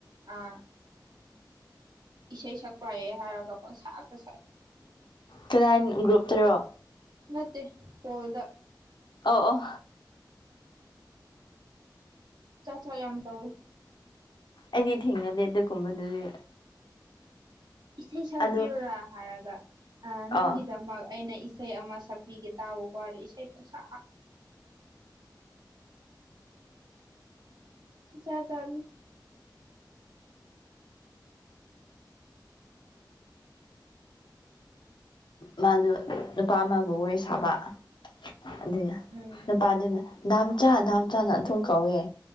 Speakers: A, on the right; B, on the left.
A: ꯑꯥ ꯏꯁꯩ ꯁꯛꯄꯥꯏꯌꯦꯦ ꯍꯥꯏꯔꯒ ꯄꯪꯁꯥ ꯉꯥꯛꯇ ꯁꯥꯏ
B: ꯀꯗꯥꯏ ꯒ꯭ꯔꯨꯞꯇꯔꯣ
A: ꯅꯠꯇꯦ ꯐꯣꯜꯗ
B: ꯑꯣ ꯑꯣ
A: ꯆꯠꯆꯥꯥ ꯌꯥꯝ ꯇꯧꯕꯨ
B: ꯑꯩꯗꯤ ꯊꯦꯡꯅꯗꯦ ꯑꯗꯨꯒꯨꯝꯕꯗꯨꯗꯤ
A: ꯏꯁꯩ ꯁꯛꯄꯤꯌꯨꯔꯥ
B: ꯑꯗꯨ
A: ꯍꯥꯏꯔꯒ ꯅꯪꯒꯤꯗꯃꯛ
B: ꯑꯥ
A: ꯑꯩꯅ ꯏꯁꯩ ꯑꯃ ꯁꯛꯄꯤꯒꯦ ꯇꯥꯎꯀꯣꯗꯣ ꯏꯁꯩ ꯄꯪꯁꯥ ꯆ ꯆ
B: ꯃꯥꯗꯨ ꯅꯨꯄꯥ ꯑꯃꯕꯨ ꯑꯣꯏ ꯁꯥꯕ ꯑꯗꯨꯅ
A: ꯎꯝ
B: ꯅꯨꯄꯥꯗꯨꯅ ꯗꯥꯝ ꯆꯥ ꯗꯥꯝ ꯆꯥꯅ ꯑꯗꯨꯨꯝ ꯀꯧꯋꯦ